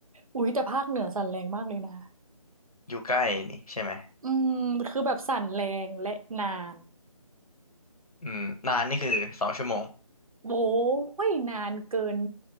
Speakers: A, on the right (about 70°); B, on the left (about 90°).
A: อุ๊ยแต่ภาคเหนือสั่นแรงมากเลยนะ
B: อยู่ใกล้นี่ใช่ไหม
A: อืมคือแบบสั่นแรงและนาน
B: อืมนานนี่คือสองชั่วโมง
A: โว้ยนานเกิน